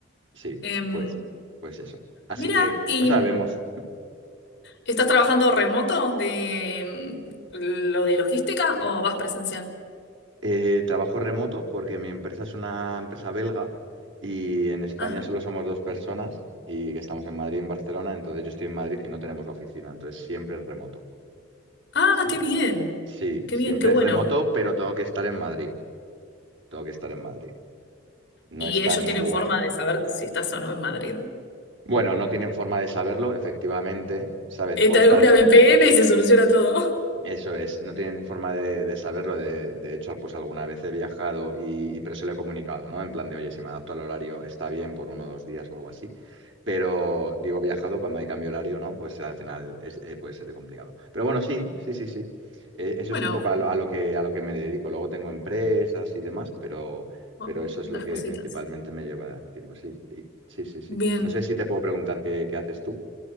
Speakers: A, on the right; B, on the left.
A: sí,
B: Em,
A: pues, pues eso. Así
B: mira,
A: que
B: ¿y
A: no sabemos.
B: estás trabajando remoto de em, lo de logística o vas presencial?
A: Eh, trabajo remoto porque mi empresa es una empresa belga y en España
B: Ajá.
A: solo somos dos personas y que estamos en Madrid y en Barcelona, entonces yo estoy en Madrid y no tenemos oficina, entonces siempre es remoto.
B: Ah,
A: Siem-
B: qué bien,
A: sí,
B: qué
A: siempre
B: bien, qué bueno.
A: es remoto, pero tengo que estar en Madrid, tengo que estar en Madrid. No
B: Y
A: es tan
B: ellos tienen
A: guay.
B: forma de saber si estás o no en Madrid.
A: Bueno, no tienen forma de saberlo, efectivamente, ¿sabes? Puedo
B: Instala
A: estar
B: una VPN y se soluciona todo.
A: Eso es, no tienen forma de, de saberlo. De, de hecho, pues alguna vez he viajado y, y- pero se lo he comunicado, ¿no? En plan de, oye, si me adapto al horario está bien por uno o dos días o algo así. Pero digo, viajado cuando hay cambio de horario, ¿no? Pues al final es, eh, puede ser de complicado. Pero bueno, sí, sí, sí, sí. Eh, eso
B: Bueno,
A: es un poco a lo, a lo que, a lo que me dedico. Luego tengo empresas y demás, pero,
B: o-
A: pero eso es
B: otras
A: lo que
B: cositas.
A: principalmente me lleva el tiempo, sí. Sí, sí, sí. sí.
B: Bien.
A: No sé si te puedo preguntar qué, qué haces tú.